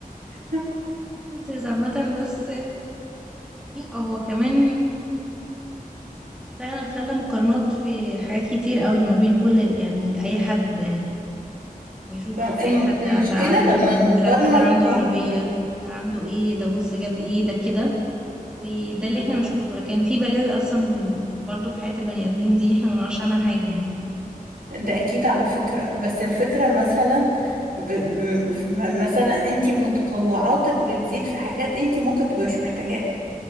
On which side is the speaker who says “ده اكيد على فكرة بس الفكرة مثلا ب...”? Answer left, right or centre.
Right